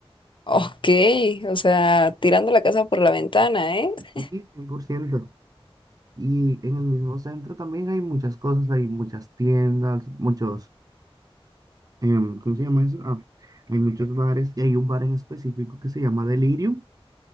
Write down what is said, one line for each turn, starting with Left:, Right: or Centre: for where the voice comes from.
Left: Ok, o sea, tirando la casa por la ventana, ¿eh?
Right: Sí,
Left: <laughs>
Right: cien por ciento Y en el mismo centro también hay muchas cosas, hay muchas tiendas, muchos, em, ¿cómo se llama eso? Ah, hay muchos bares y hay un bar en específico que se llama Delirium,